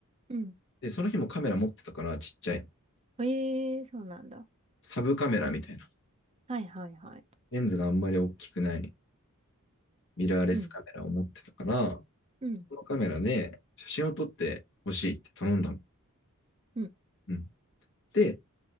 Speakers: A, on the right; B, on the left.
A: うん。
B: で、その日もカメラ持ってたからちっちゃい。
A: ええ、そうなんだ。
B: サブカメラみたいな。
A: はいはいはい。
B: レンズがあんまり大きくない。ミラーレスカメラを持ってたから、
A: うん。うん。
B: そのカメラで写真を撮ってほしいって頼んだの。
A: うん。
B: うん。で、